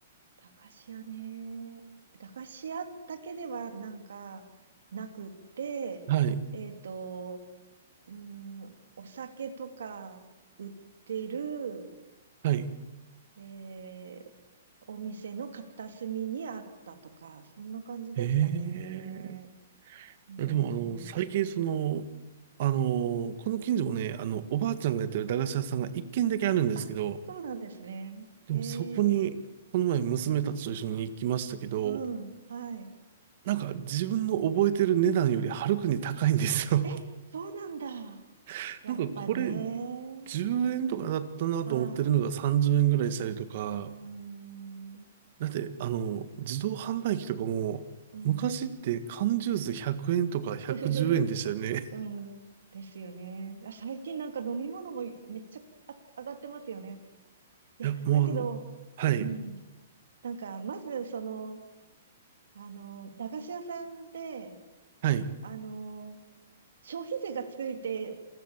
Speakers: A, on the right; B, on the right.
A: 駄菓子屋ね、駄菓子屋だけではなんかなくって、
B: か。はい。
A: えっと、うーん、お酒とか売ってる、
B: はい。
A: えーお店の片隅にあったとか、そんな感じでしたね。
B: ええ
A: うーん
B: いや、でもあの、最近その、あの、この近所もね、あの、おばあちゃんがやってる駄菓子屋さんが一軒だけあるんですけど、
A: あ、そうなんですね。
B: でもそこに、
A: ええ、
B: この前娘たちと一緒に行きましたけど、
A: うん、はい。
B: なんか自分の覚えてる値段よりはるかに高いんですよ。
A: え、そうなんだ。
B: <laughs>
A: やっぱね。
B: なんかこれ10円とかだったなと思ってるのが30円ぐらいしたりとか、
A: はい。うーん、うん。
B: だって、あの、自動販売機とかも、
A: <laughs>
B: 昔って缶ジュース100円とか110円でしたよね。
A: ふふふふうん、ですよね。あ、最近なんか飲み物もめっちゃあ上がってますよね。
B: <laughs>
A: いや、
B: いや、もうあの、
A: だけど、
B: はい、
A: うん、なんか、まず、その、あの、駄菓子屋さんで、
B: はい。
A: あの、消費税がついて